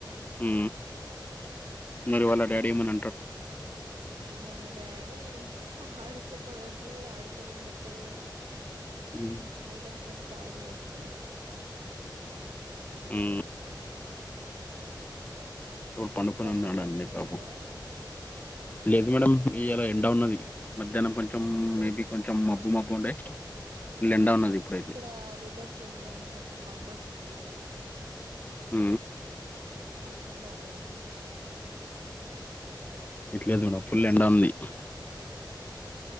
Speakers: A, on the left; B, on the right.
A: ఉ మరి వాళ్ళ డాడీ ఏమన
B: వాళ్ళ డాడీ ఆడుకోమ వదిలేయి ఆడుకొని అంటాడు కాని
A: హ్మ్
B: ఐటమ్స్ అని పాడు చేస్తడు
A: హ్మ్. ఇడు పండుకుని
B: వర్షం
A: ఉన్నాడండి
B: పడుతుందా
A: బాబు
B: అక్కడ
A: లేదు మేడం ఇయాలా ఎండవున్నది మధ్యాహ్నం కొంచెం
B: ఇక్కడ
A: మేబి కొంచెం మబ్బు
B: అవునా
A: మబ్బు ఉండే ఫుల్ ఎండ ఉన్నది ఇప్పుడైతే
B: ఇక్కడ వెదర్ చేంజ్ అయింది కొంచెం మబ్బు వచ్చింది ఈరోజు
A: ఉ
B: వర్షం పడతది అనుకుంటా
A: ఎట్లేదు కూడా ఫుల్ ఎండ ఉంది